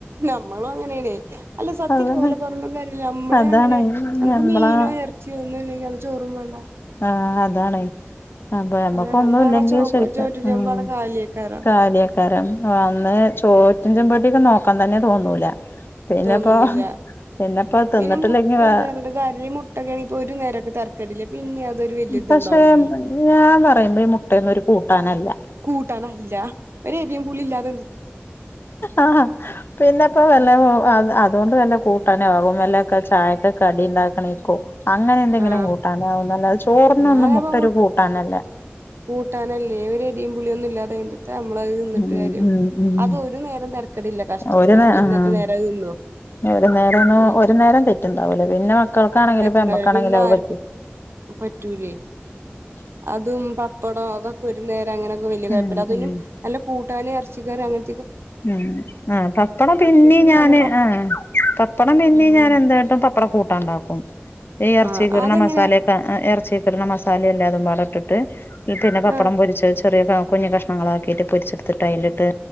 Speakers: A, on the right (about 70°); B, on the left (about 55°).
A: നമ്മളും അങ്ങനെയണ് അല്ല സത്യയിട്ട്
B: അതാണ്
A: ഓലെ പറഞ്ഞുട്ട് കാര്യല്ല അമ്മളെ
B: അതാണ്
A: അങ്ങനെ നമ്ക്ക്
B: ഞമ്മളെ
A: മീനോ എറച്ചിയോ ഒന്നൂല്ലെങ്കി അന്ന് ചോറും വേണ്ട.
B: ആ അതാണ് അപ്പൊ ഞമ്മക്ക്
A: അതാണ്
B: ഒന്നുംല്ലെങ്കിൽ
A: അന്നവിടെ ചോ
B: ശരിക്ക്
A: ചോറ്റും ചെമ്പ്
B: ഊം
A: അവിടെ കാലിയേക്കാരം
B: കാലിയക്കാരം ആഅന്ന് ചോറ്റുംചെമ്പോട്ടിക്ക് നോക്കാൻ തന്നെ തോന്നൂല. പിന്നെപ്പോ
A: തോന്നൂല്ല.
B: പിന്നെപ്പോ തിന്നിട്ടില്ലെങ്കി
A: പിന്നെ മുട്ട
B: വേ
A: ഇണ്ട് പർണട്ടും കാര്ല ഈമുട്ട ഒക്കെ ആണെ ഇപ്പോ ഒരു നേരൊക്കെ തരക്കേടില്ല പിന്നെ അത് അതൊരു വല്ല്യ ഇതുണ്ടാവൂലേ.
B: പക്ഷെ ഞാൻ പറയുമ്പോ ഈ മുട്ടയൊന്നും ഒരു കൂട്ടാനല്ല
A: കൂട്ടാനല്ല ഒരെരീമ്പുളീല്ലാതെ.
B: ആഹ് പിന്നെപ്പൊ വല്ല മോ അ അത് അതുകൊണ്ട് കൂട്ടാനെ ആകും വല്ലൊ ചായക്കെക്കെടി ഇണ്ടാക്ക്ണേക്കോ? അങ്ങനെ എന്തെങ്കിലും
A: ആഹ്
B: കൂട്ടാനാവുംന്നല്ലാതെ ചോറിനൊന്നും
A: ഞാനപ്പ
B: മുട്ടൊരു
A: മു
B: കൂട്ടാനല്ലേ
A: കൂട്ടാനല്ലേ വരിഎരീംപുളീം ഒന്നൂല്ലാതെ എന്ത്ട്ടാ മ്മ്ളത് തിന്നിട്ട്
B: ഉം
A: കാര്യം
B: ഉം ഉം
A: അതു ഒരു നേരം തെരക്കെടില്ല. കഷ്ടിച്ച്
B: ഒരു
A: കണ്ട്
B: നേ
A: പിന്നത്തെ
B: ആഹ്
A: നേരംഅത് തിന്നോ?
B: ഒരു നേരംന്നും
A: അങ്ങനെ
B: ഒരു നേരം തെറ്റുണ്ടാവൂലേ പിന്നെ മക്കൾക്കാണെങ്കിലും
A: തെറ്റുണ്ടാവില്ല
B: ഇപ്പ അമ്മക്കാണെങ്കിലും
A: പിന്നെ
B: അത്പറ്റ്വോ?
A: ആർക്കും പറ്റൂലേ അതും പപ്പടോ അതൊക്കെ ഒരു നേരം അങ്ങനൊക്കെ വെല്യ കൊയപ്പല്ലാതിന്നും
B: ഉം ഉം
A: നല്ല കൂട്ടാന് എറച് ചിക്കൻ അങ്ങനൻ
B: ഉം ആ പപ്പടം പിന്നേം
A: ഒറ്റക്കും
B: ഞാന്
A: തന്നെ പ
B: ആഹ് പപ്പടം പിന്നേം
A: ഉം
B: ഞാൻ എന്തായിട്ടും പപ്പടം കൂട്ടാണ്ടാക്കും. ഈ എറച്ചീക്കിടണ
A: ആഹ് അതെങ്ങനെ
B: മസാലയൊക്കെ ആ എറ ച്ചീക്കിടണ മസാലയില്ലേ അതും പാടോട്ടിട്ട് പിന്നെ പപ്പടം
A: ആഹ്
B: പൊരിച്ച് ചെറിയ കാ കുഞ്ഞു കഷ്ണങ്ങളാക്കിയിട്ട് പൊരിച്ചെടുത്തിട്ട് അയിലിട്ട്